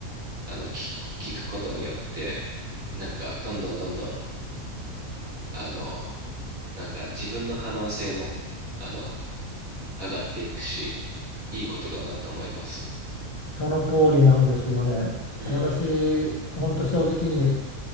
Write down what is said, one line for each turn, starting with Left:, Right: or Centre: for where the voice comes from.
Right: あの、聞く、聞くことによって、なんか、どんどんどんどん、あの、なんか自分の可能性も、あの、上がっていくし、いいことだなと思います。
Left: その通りなんですよね。
Right: うん。
Left: 私、本当正直に